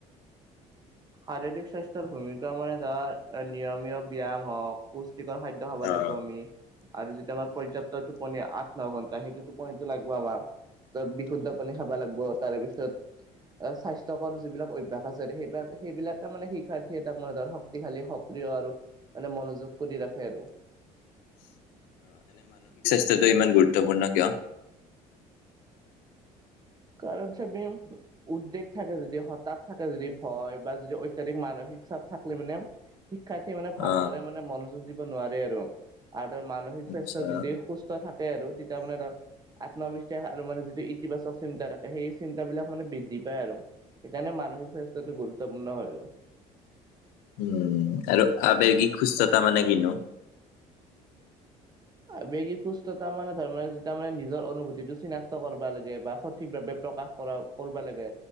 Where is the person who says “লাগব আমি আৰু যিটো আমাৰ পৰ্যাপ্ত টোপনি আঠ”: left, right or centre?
Right